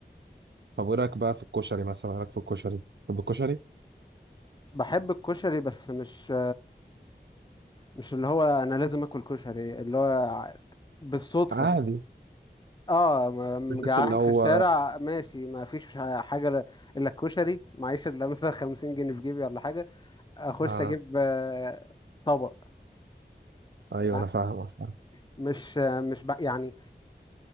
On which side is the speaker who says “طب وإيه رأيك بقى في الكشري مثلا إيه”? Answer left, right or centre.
Right